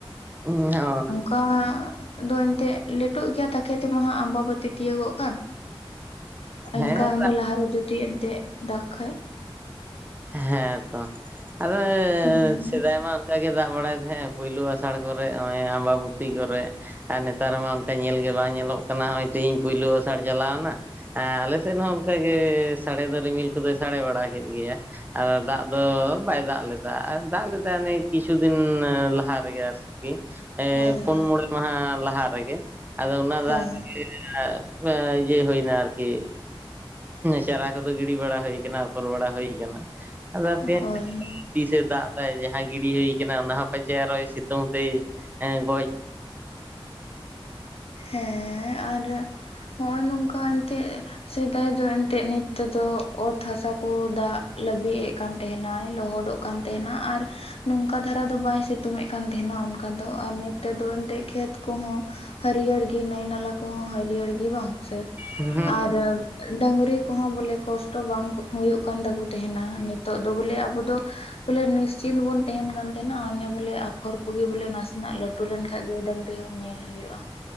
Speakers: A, on the right; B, on the left.
A: <inaudible>
B: ᱵᱟᱝᱟ ᱫᱚ ᱮᱱᱛᱮ ᱞᱮᱴᱳᱜ ᱜᱮᱭᱟ ᱛᱟᱠᱮ ᱛᱮᱢᱟ ᱦᱟᱸᱜ ᱟᱢᱵᱚᱵᱚᱛᱤ ᱛᱤᱭᱩᱜᱚᱜ ᱠᱟᱱ᱾ ᱮᱝᱠᱷᱟ
A: ᱦᱮᱸ
B: ᱤᱱᱟᱹ ᱞᱟᱦᱟ ᱨᱮ ᱡᱩᱫᱤ ᱮᱱᱛᱮ ᱫᱟᱜ ᱠᱷᱟᱡᱽ᱾
A: ᱦᱮᱸᱛᱚ ᱟᱫᱚ
B: ᱦᱩᱸ
A: ᱥᱮᱫᱟᱭ ᱢᱟ ᱚᱱᱠᱟ ᱜᱮ ᱫᱟᱜ ᱵᱟᱲᱟᱭ ᱛᱟᱦᱮᱸᱜ ᱮᱸ ᱯᱩᱭᱞᱩ ᱟᱥᱟᱲ ᱠᱚᱨᱮ ᱱᱚᱜ ᱚᱭ ᱟᱢᱵᱟᱵᱩᱛᱤ ᱠᱚᱨᱮ᱾ ᱟᱨ ᱱᱮᱛᱟᱨ ᱢᱟ ᱚᱱᱠᱟ ᱧᱮᱞ ᱜᱮ ᱵᱟᱝ ᱧᱮᱞᱚᱜ ᱠᱟᱱᱟ, ᱱᱚᱜᱚᱭ ᱛᱮᱦᱤᱧ ᱯᱩᱭᱞᱳ ᱟᱥᱟᱲ ᱪᱟᱞᱟᱣ ᱮᱱᱟ᱾ ᱮᱸ ᱟᱞᱮ ᱥᱮᱫ ᱦᱚᱸ ᱚᱱᱠᱟᱜᱮ ᱥᱟᱰᱮ ᱫᱚ ᱨᱤᱢᱤᱞ ᱠᱚᱫᱚᱭ ᱥᱟᱰᱮ ᱵᱟᱲᱟ ᱠᱮᱫ ᱜᱮᱭᱟ᱾ ᱟᱫᱚ ᱫᱟᱜ ᱫᱚ ᱵᱟᱭ ᱫᱟᱜ ᱞᱮᱫᱟ ᱟ ᱫᱟᱜ ᱞᱮᱫᱟᱭ ᱚᱱᱮ ᱠᱤᱪᱷᱩ ᱫᱤᱱ ᱞᱟᱦᱟ ᱨᱮᱜᱮ ᱟᱨᱥ ᱠᱤ ᱮᱸ
B: ᱦᱳᱭ
A: ᱯᱩᱱ
B: ᱦᱳᱭ
A: ᱢᱚᱬᱮ ᱢᱟᱦᱟ ᱞᱟᱦᱟ ᱨᱮᱜᱮ, ᱟᱫᱚ ᱚᱱᱟ
B: ᱦᱳᱭ
A: ᱫᱟᱜ ᱨᱮᱜᱮ ᱟᱨ ᱤᱡᱟᱹ ᱦᱩᱭᱱᱟ ᱟᱨᱠᱤ ᱪᱟᱨᱟ ᱠᱚᱫᱚ ᱜᱤᱰᱤ ᱵᱟᱲᱟ ᱦᱩᱭ ᱠᱟᱱᱟ᱾ ᱯᱚᱨ ᱵᱟᱲᱟ ᱦᱩᱭ ᱠᱟᱱᱟ ᱟᱫᱚ ᱛᱮᱦᱮᱧ
B: ᱦᱳᱭ
A: <unintelligible> ᱛᱤᱥᱮ ᱫᱟᱜ ᱫᱟᱭ? ᱡᱟᱦᱟᱸ ᱜᱤᱰᱤ ᱦᱩᱭ ᱠᱟᱱᱟ ᱚᱱᱟ ᱦᱚᱸ ᱯᱟᱪᱮ ᱟᱨᱚᱭ ᱥᱤᱛᱩᱝ ᱛᱮᱭ ᱜᱚᱡ᱾
B: ᱦᱮᱸ ᱟᱨ ᱦᱚᱜᱼᱚᱭ ᱱᱚᱝᱠᱟ ᱮᱱᱛᱮᱜ ᱥᱮᱫᱟᱭ ᱫᱚ ᱮᱱ ᱛᱮᱜ ᱱᱤᱛ ᱛᱮᱫᱚ ᱚᱛ ᱦᱟᱥᱟ ᱠᱚ ᱫᱟᱜ ᱞᱟᱹᱵᱤᱜ ᱮᱜ ᱠᱟᱱ ᱛᱟᱦᱮᱸᱱᱟᱭ ᱞᱚᱦᱚᱫᱚᱜ ᱠᱟᱱ ᱛᱟᱦᱮᱸᱱᱟ ᱟᱨ ᱱᱚᱝᱠᱟ ᱫᱷᱟᱨᱟ ᱫᱚ ᱵᱟᱭ ᱥᱤᱛᱩᱝ ᱮᱫ ᱠᱟᱱ ᱛᱟᱦᱮᱸᱱᱟ ᱚᱱᱠᱟ ᱫᱚ ᱟᱨ ᱱᱤᱛ ᱛᱮᱫᱚ ᱮᱱᱛᱮᱜ ᱠᱷᱮᱛ ᱠᱚᱦᱚᱸ ᱦᱟᱹᱨᱭᱟᱹᱲ ᱜᱮ ᱱᱟᱹᱭ ᱱᱟᱞᱟ ᱠᱚᱦᱚᱸ ᱦᱟᱹᱨᱭᱟᱹᱲ ᱜᱮ ᱵᱟᱝ ᱥᱮ?
A: ᱦᱩᱸ
B: ᱟᱨ ᱰᱟᱹᱝᱨᱤ ᱠᱚᱦᱚᱸ ᱵᱚᱞᱮ ᱠᱚᱥᱴᱚ ᱵᱟᱝ ᱦᱩᱭᱩᱜ ᱠᱟᱱ ᱛᱟᱠᱚ ᱛᱟᱦᱮᱸᱱᱟ ᱱᱤᱛᱚᱜ ᱫᱚ ᱵᱚᱞᱮ ᱟᱵᱚ ᱫᱚ ᱵᱚᱞᱮ ᱱᱤᱥᱪᱤᱱ ᱵᱚᱱ ᱛᱟᱦᱮᱸᱱ ᱠᱟᱱ ᱛᱟᱦᱮᱸᱱᱟ, ᱚᱱᱮ ᱵᱚᱞᱮ ᱟᱯᱷᱚᱨ ᱠᱚᱜᱮ ᱵᱚᱞᱮ ᱱᱟᱥᱮᱱᱟᱜ ᱞᱟᱹᱴᱩ ᱞᱮᱱᱠᱷᱟᱡᱽ ᱜᱟᱹᱭ ᱰᱟᱝᱨᱤ ᱦᱚᱸ ᱧᱮᱞ ᱦᱩᱭᱩᱜᱼᱟ